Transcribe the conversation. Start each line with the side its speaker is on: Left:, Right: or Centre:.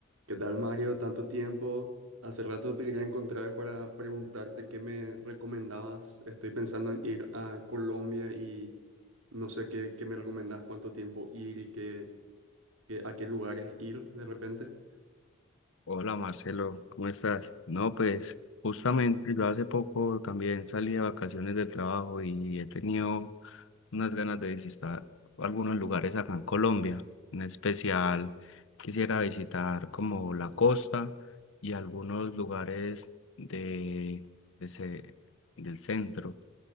Right: ¿Qué tal, Mario? Tanto tiempo. Hace rato te quería encontrar para preguntarte qué me recomendabas. Estoy pensando en ir a Colombia y no sé qué, qué me recomendás, cuánto tiempo ir y qué, qué- a qué lugares ir de repente.
Left: Hola Marcelo, ¿cómo estás? No, pues justamente yo hace poco también salí de vacaciones del trabajo y he tenido unas ganas de visitar algunos lugares acá en Colombia. En especial quisiera visitar como la costa y algunos lugares de, de ce- del centro.